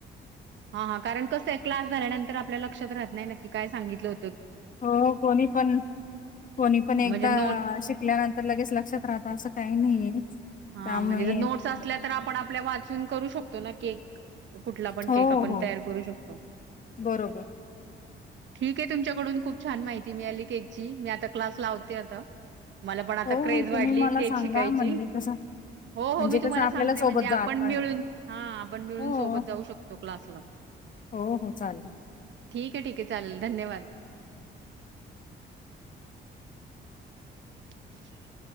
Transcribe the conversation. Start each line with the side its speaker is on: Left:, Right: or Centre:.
Right: हा हा कारण कस आहे क्लास झाल्यानंतर, आपल्या लक्षात राहत नाही नक्की काय सांगितलं हो
Left: हो हो कोणी पण. कोणी पण एकदा
Right: म्हणजे नोट
Left: शिकल्यानंतर लगेच लक्षात राहत असं काही नाहीये.
Right: हा
Left: त्यामुळे
Right: म्हणजे नोट्स असल्या तर आपण आपल्या वाचून करू शकतो ना केक कुठला पण
Left: हो
Right: केक आप पण
Left: हो
Right: तयार करू शकतो.
Left: बरोबर.
Right: ठीक आहे. तुमच्याकडून खूप छान माहिती मिळाली केकची. मी आता क्लास लावते आता. मला पण आता
Left: हो
Right: क्रेज
Left: हो तुम्ही
Right: वाढलीय
Left: मला
Right: केक
Left: सांगा
Right: शिकायची.
Left: म्हणजे कसं
Right: हो
Left: म्हणजे
Right: हो. मी तुम्हाला
Left: कसं आपल्याला
Right: सांगतेय
Left: सोबत
Right: म्हणजे आपण
Left: जाता
Right: मिळून हा आपण मिळून
Left: हो
Right: सोबत जाऊ शकतो क्लासला.
Left: हो हो चालेल.
Right: ठीक आहे ठीक आहे चालेल. धन्यवाद. <unintelligible>